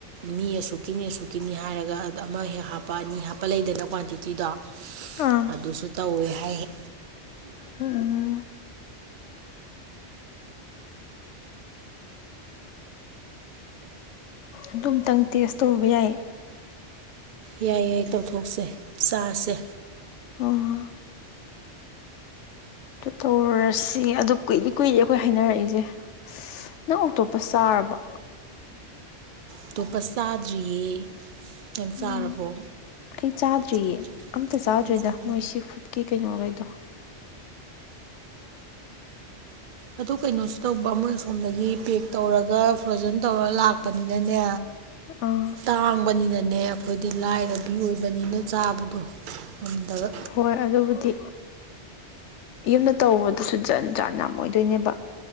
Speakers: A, on the right; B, on the left.
A: ꯃꯤ ꯑꯁꯨꯛꯀꯤꯅꯤ ꯑꯁꯨꯛꯀꯤꯅꯤ ꯍꯥꯏꯔꯒ ꯑꯃ ꯍꯦꯛ ꯍꯥꯞꯄ ꯑꯅꯤ ꯍꯥꯞꯄ ꯂꯩꯗꯅ ꯁꯤꯇꯤꯗꯣ
B: ꯑꯥ
A: ꯑꯗꯨꯁꯨ ꯇꯧꯋꯦ ꯍꯥꯏ
B: ꯎꯝ ꯑꯗꯨꯝꯇꯪ ꯇꯦꯁ ꯇꯧꯔꯨꯕ ꯌꯥꯏ
A: ꯌꯥꯌꯥꯏ ꯌꯥꯏ ꯇꯧꯊꯣꯛꯁꯦ ꯆꯥꯁꯦ
B: ꯑꯣ ꯇꯧꯔꯦ ꯁꯤ ꯑꯗꯨ ꯀꯨꯏꯗꯤ ꯀꯨꯏꯗꯤ ꯑꯩꯈꯣꯏ ꯍꯥꯏꯅꯔꯛꯏꯁꯦ ꯅꯪ ꯑꯇꯣꯞꯄ ꯆꯥꯔꯕ
A: ꯑꯇꯣꯞꯄ ꯆꯥꯗ꯭ꯔꯤꯌꯦ ꯅꯪ
B: ꯎꯝ
A: ꯆꯥꯔꯕꯣ
B: ꯑꯩ ꯆꯥꯗ꯭ꯔꯤꯌꯦ
A: ꯏ ꯆꯥꯖ
B: ꯑꯝꯇ ꯆꯥꯗ꯭ꯔꯤꯗ
A: ꯏꯇ ꯆꯥꯗ
B: ꯃꯣꯏ ꯁꯤ ꯐꯨꯗꯀꯤ ꯀꯩꯅꯣꯈꯩꯗꯣ
A: ꯑꯗꯨ ꯀꯩꯅꯣꯁꯨ ꯇꯧꯕ ꯑꯃꯣꯏ ꯑ ꯁꯁꯣꯝꯗꯒꯤ ꯄꯦꯛ ꯇꯧꯔꯒ ꯐ꯭ꯔꯣꯖꯟ ꯇꯧꯔ ꯂꯥꯛꯄꯅꯤ ꯏꯅꯅꯦ
B: ꯑ
A: ꯇꯥꯡꯕꯅꯤꯅꯅꯦ ꯑꯩꯈꯣꯏꯗꯤ ꯂꯥꯏꯔꯕꯤ ꯑꯣꯏꯕꯅꯤꯅ ꯆꯥꯕꯗꯣ ꯉꯝꯗꯕ
B: ꯍꯣꯏ ꯑꯗꯨꯕꯨꯗꯤ ꯌꯨꯝꯗ ꯇꯧꯕꯗꯁꯨ ꯖꯟ ꯖꯥꯟ ꯌꯥꯝꯃꯣꯏꯗꯣꯏꯅꯦꯕ